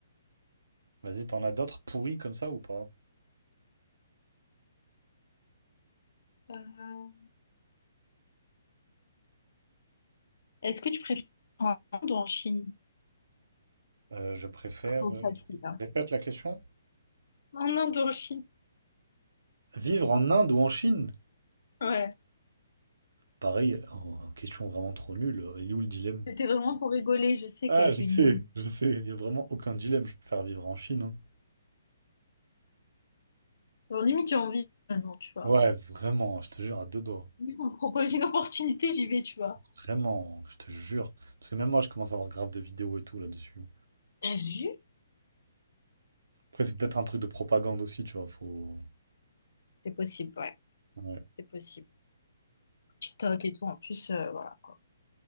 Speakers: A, on the right (about 70°); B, on the left (about 65°).
A: Vas-y, t'en as d'autres pourris comme ça ou pas?
B: Euh, Est-ce que tu préfères en Inde ou en Chine?
A: Euh, je préfère.
B: Trop
A: euh,
B: facile, hein.
A: Répète la question.
B: En Inde ou en Chine?
A: Vivre en Inde ou en Chine?
B: Ouais.
A: Pareil, oh, question vraiment trop nulle. Il est où le dilemme?
B: C'était vraiment pour rigoler, je sais
A: Ah,
B: qu'elle
A: je
B: était
A: sais,
B: nulle.
A: je sais. Il n'y a vraiment aucun dilemme. Je préfère vivre en Chine. hein.
B: Genre, limite, j'ai envie maintenant, tu vois.
A: Ouais, vraiment, je te jure, à deux doigts.
B: Limite, on me propose une <laughs> opportunité, j'y vais, tu vois.
A: Vraiment, je te jure. Parce que même moi, je commence à avoir grave de vidéos et tout là-dessus.
B: T'as vu?
A: Après, c'est peut-être un truc de propagande aussi, tu vois. Faut...
B: C'est possible, ouais.
A: Ouais,
B: C'est possible. TikTok et tout, en plus, euh, voilà, quoi.